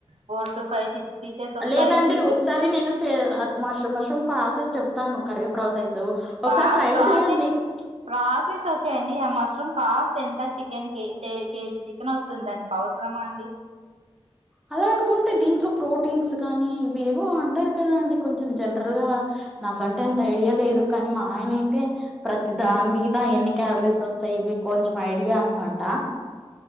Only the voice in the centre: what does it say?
లేదండి ఒకసారి నేను చేయల అద్ మష్రూమ్ మష్రూమ్ ప్రాసెస్ చెప్తాను కర్రీ ప్రాసెస్
ఒకసారి ట్రై
చెయ్యండి
అలా అనుకుంటే దీంట్లో ప్రోటీన్స్ కానీ ఇవేవో అంటారు కదా అండి కొంచెం జనరల్ గా నాకంటే అంత ఐడియా లేదు కానీ మా ఆయన అయితే ప్రతి దాని మీద ఎన్ని క్యాలరీస్ వస్తాయి ఇవి కొంచెం ఐడియా అనమాట.